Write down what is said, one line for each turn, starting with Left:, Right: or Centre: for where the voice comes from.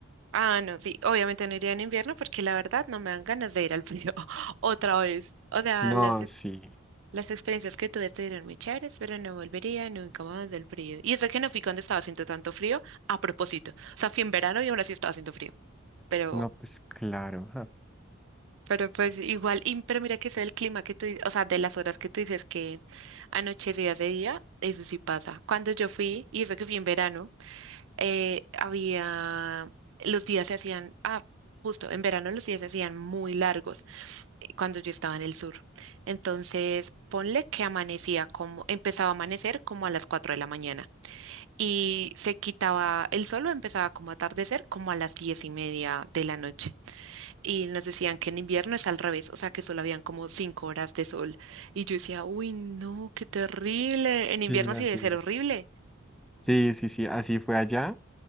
Right: Ah, no, sí. Obviamente no iría en invierno porque la verdad no me dan ganas de ir al frío <laughs> otra vez. O sea,
Centre: No,
Right: las
Centre: sí,
Right: Las experiencias que tuve estuvieron muy chéveres, pero no volvería nunca más del frío. Y eso que no fui cuando estaba haciendo tanto frío, a propósito. O sea, fui en verano y aún así estaba haciendo frío. Pero,
Centre: no, pues claro. ajá.
Right: pero pues igual, y- pero mira que es el clima que tú, di- o sea, de las horas que tú dices que anochecía de día, eso sí pasa. Cuando yo fui, y eso que fui en verano, eh, había, los días se hacían, ah, justo, en verano los días se hacían muy largos eh, cuando yo estaba en el sur. Entonces, ponle que amanecía como, empezaba a amanecer como a las 4 de la mañana y se quitaba el sol o empezaba como a atardecer como a las 10 y media de la noche. Y nos decían que en invierno es al revés, o sea que solo habían como 5 horas de sol. Y yo decía, uy, no, qué terrible. En invierno
Centre: Sí, así
Right: sí debe ser horrible.
Centre: es. Sí, sí, sí, así fue allá.